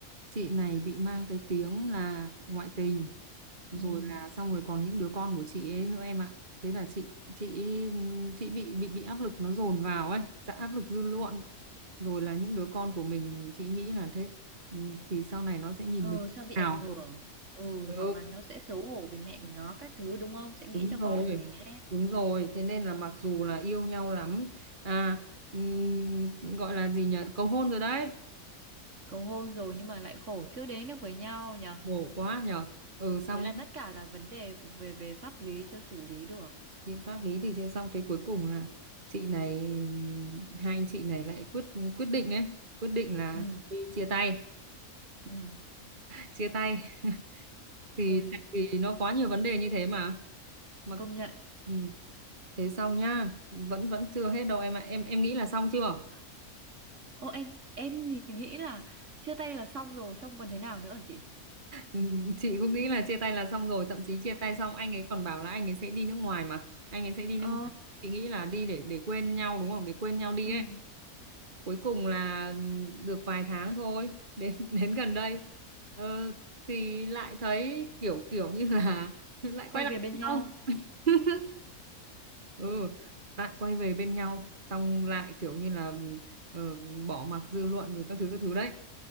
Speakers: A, on the right; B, on the right.
A: chị này bị mang cái tiếng là ngoại tình rồi
B: ừ,
A: là xong rồi còn những đứa con của chị ấy nữa em ạ thế là chị chị chị bị bị bị áp lực nó dồn vào ấy dạ áp lực dư luận rồi là những đứa con của mình chị nghĩ là thế ừ, thì sau này nó sẽ nhìn
B: ừ,
A: mình
B: sao bị
A: nào
B: ảnh hưởng, ừ,
A: ừ
B: hoặc là nó sẽ xấu hổ vì mẹ của nó các thứ đúng không? Sẽ nghĩ
A: đúng
B: cho
A: rồi
B: con của mình ấy,
A: đúng rồi thế nên là mặc dù là yêu nhau lắm à ừm, gọi là gì nhỉ cầu hôn rồi đấy
B: cầu hôn rồi nhưng mà lại khổ chưa đến được với nhau nhở?
A: khổ quá nhở ừ xong
B: Thế là
A: nhá
B: tất cả là vấn đề về về pháp lý chưa xử lý được,
A: biện pháp lý thì chưa xong thế cuối cùng là chị này ừm, hai anh chị này lại quyết quyết định ấy quyết định là
B: ừ,
A: thôi chia tay
B: ừ,
A: chia tay <laughs> thì
B: ôi.
A: tại vì nó quá nhiều vấn đề như thế mà mà
B: Công nhận
A: ừ. thế xong nhá vẫn vẫn chưa hết đâu em ạ em em nghĩ là xong chưa
B: Ô em em thì nghĩ là chia tay là xong rồi, xong còn thế nào nữa hả chị?
A: Ừ, chị cũng nghĩ là chia tay là xong rồi thậm chí chia tay xong anh ấy còn bảo là anh ấy sẽ đi nước ngoài mà anh ấy sẽ đi
B: Ờ,
A: nước ngoài chị nghĩ là đi để để quên nhau đúng không để quên nhau đi
B: ừ,
A: ấy cuối cùng là ừ, được vài tháng thôi đến <laughs> đến gần đây ờ, thì lại thấy kiểu kiểu như là <laughs> lại
B: quay
A: quay lại
B: về bên
A: với
B: nhau.
A: nhau <laughs> ừ lại quay về bên nhau xong lại kiểu như là ờ, bỏ mặc dư luận rồi các thứ các thứ đấy